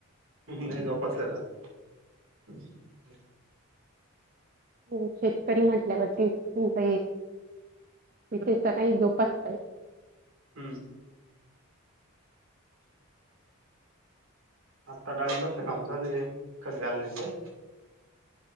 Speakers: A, on the right; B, on the right.
A: लई जोपासल्या जात. <inaudible>
B: तुम्ही शेतकरी म्हटल्यावरती तुमच विशेषतः नाही जोपच का?
A: हम्म. आत्ता डाळिंबातलं काम चालू आहे खत घालण्याचं.